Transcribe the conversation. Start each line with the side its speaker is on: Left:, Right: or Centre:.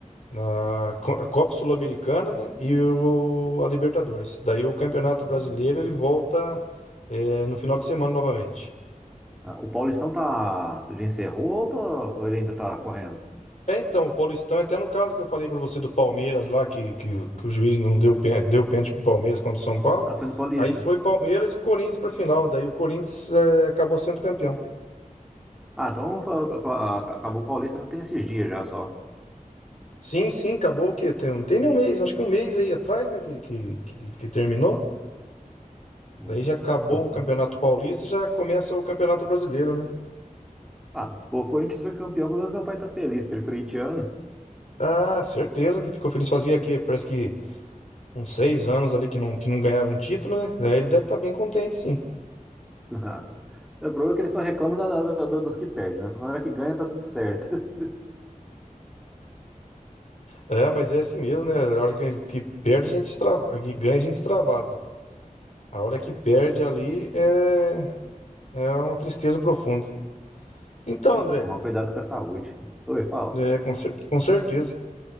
Left: na Co- a Copa Sul-Americana, né? E o, a Libertadores. Daí, o Campeonato Brasileiro
Centre: Hum.
Left: ele volta é, no final de semana novamente.
Centre: Ah, O Paulistão tá, já encerrou ou, tá- ou ele ainda tá correndo?
Left: É, então, o Paulistão, até no caso que eu falei pra você do Palmeiras lá, que, que, que o juiz não deu, pên- deu pênalti pro Palmeiras contra o São Paulo,
Centre: Ah, foi no Paulista.
Left: aí foi Palmeiras e Corinthians pra final, daí o Corinthians é, acabou sendo campeão.
Centre: Ah, então a- a- acabou o Paulista tem esses dias já só.
Left: Sim, sim, acabou o quê? Tem, não tem nem um mês, acho que um mês aí atrás, né, que, que, que, que terminou.
Centre: Hum.
Left: Daí já acabou
Centre: Eu-
Left: o Campeonato Paulista, já começa o Campeonato Brasileiro, né?
Centre: ah, pô, o Corinthians foi campeão, pelo menos meu pai tá feliz, porque ele é corintiano.
Left: Ah, certeza que ficou feliz. Fazia que parece que uns seis anos ali que não, que não ganhava um título, né? Daí ele deve estar bem contente, sim.
Centre: <laughs> O problema é que ele só reclama da- da- da- dos que perdem, né? Na hora que ganha tá tudo certo. <laughs>
Left: É, mas é assim mesmo, né? A hora que, que perde, a gente extravasa. Que ganha, a gente extravasa. A hora que perde ali é, é uma tristeza profunda. Então,
Centre: Né,
Left: André,
Centre: Tem que tomar cuidado com a saúde. Oi, fala.
Left: é, com, cer- com certeza.